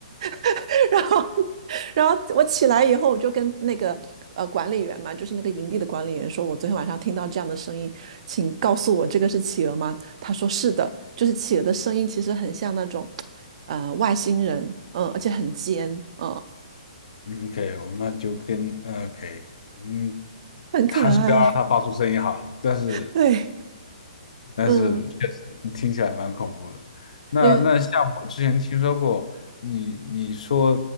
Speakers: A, on the right; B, on the left.
A: <laughs> 然后然后我起来以后，我就跟那个呃管理员嘛，就是那个营地的管理员说，我昨天晚上听到这样的声音，请告诉我这个是企鹅吗？他说是的，就是企鹅的声音其实很像那种，呃，外星人，嗯，而且很尖，嗯，
B: 嗯 OK，我们那就跟呃 OK，嗯，
A: 很可爱，
B: 还是不要让它发出声音好了。但是
A: <laughs> 对，
B: 但是确实听起来蛮恐怖的。
A: 嗯，
B: 那那像我之前听说过，
A: 因为
B: 你你说